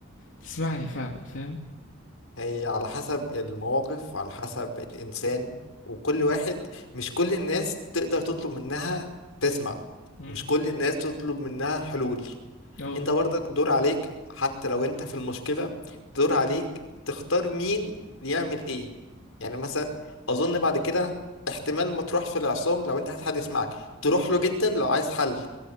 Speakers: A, on the left; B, on the left.
A: تسمعني فعلا فاهم
B: هي على حسب المواقف على حسب الإنسان وكل واحد مش كل الناس تقدر تطلب منها تسمع
A: امم
B: ومش كل الناس تطلب منها حلول
A: اه
B: انت برضك دور عليك حتى لو انت في المشكلة دور عليك تختار مين يعمل ايه يعني مثلا اظن بعد كده احتمال ما تروحش في العصام لو انت عايز حد يسمعك تروح له جدا لو عايز حل